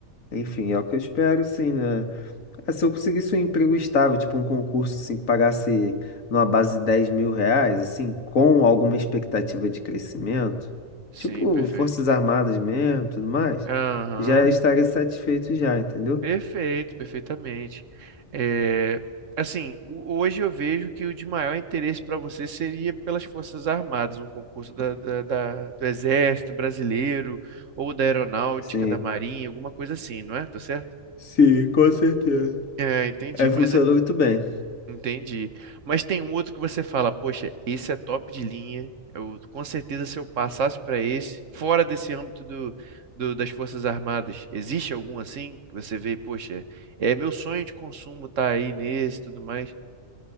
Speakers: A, on the left; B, on the right.
A: Enfim, é o que eu espero, sim, né? Ah, Se eu conseguisse um emprego estável, tipo um concurso, assim, que pagasse numa base de 10 mil reais, assim, com alguma expectativa de crescimento,
B: Sim,
A: tipo
B: perfeito.
A: Forças Armadas mesmo, tudo mais,
B: Aham,
A: já estaria satisfeito já, entendeu?
B: perfeito, perfeitamente. É, assim, o- hoje eu vejo que o de maior interesse para você seria pelas Forças Armadas, um concurso da, da- da- do Exército Brasileiro ou da Aeronáutica,
A: Sim.
B: da Marinha, alguma coisa assim, não é? Tá certo?
A: Sim, com certeza.
B: É, entendi.
A: É, funcionou
B: Mas
A: muito bem.
B: Entendi. Mas tem um outro que você fala, poxa, esse é top de linha. Eu, com certeza, se eu passasse para esse, fora desse âmbito do, do- das Forças Armadas, existe algum assim que você vê, poxa, é meu sonho de consumo tá aí nesse, e tudo mais?